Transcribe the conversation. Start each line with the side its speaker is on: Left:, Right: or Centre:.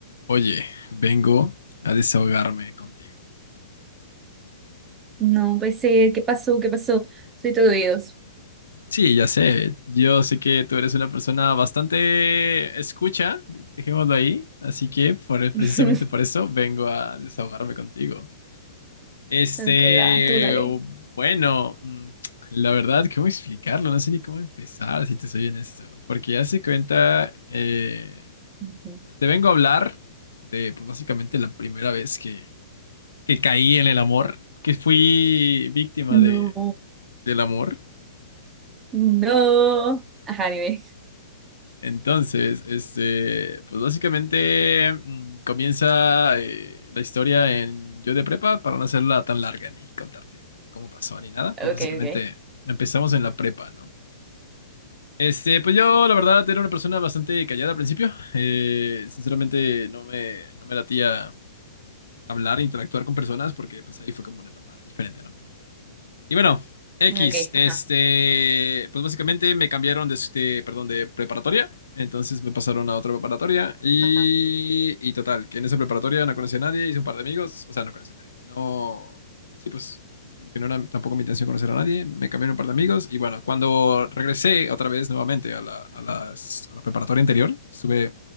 Left: Oye, vengo a desahogarme contigo.
Right: No, pues eh, ¿qué pasó? ¿Qué pasó? Soy todo oídos.
Left: Sí, ya sé, yo sé que tú eres una persona bastante escucha, dejémoslo ahí, así que por, precisamente
Right: <laughs>
Left: por eso vengo a desahogarme contigo. Este,
Right: Ok, va, tú dale.
Left: bueno, mm, la verdad, ¿cómo explicarlo? No sé ni cómo empezar, si te soy honesto, porque ya se cuenta, eh,
Right: Ujú.
Left: te vengo a hablar de, pues básicamente la primera vez que, que caí en el amor, que fui víctima
Right: No.
Left: del amor.
Right: No. Ajá, dime.
Left: Entonces, este, pues básicamente mm, comienza eh, la historia en Yo de prepa para no hacerla tan larga ni contarte cómo cómo pasó ni nada.
Right: Ok,
Left: Pues básicamente
Right: ok.
Left: empezamos en la prepa, ¿no? Este, pues yo la verdad era una persona bastante callada al principio. Eh, sinceramente no me, no me latía hablar, interactuar con personas porque pues ahí fue como una etapa diferente, ¿no? Y bueno, X,
Right: Ok,
Left: este,
Right: ajá,
Left: pues básicamente me cambiaron de, de- perdón, de preparatoria, entonces me pasaron a otra preparatoria y,
Right: ajá.
Left: y total, que en esa preparatoria no conocí a nadie, hice un par de amigos, o sea, no conocí a nadie, no, sí, pues como que no era tampoco mi intención conocer a nadie, me cambiaron un par de amigos y bueno, cuando regresé otra vez nuevamente a la, a las- a la preparatoria anterior, estuve,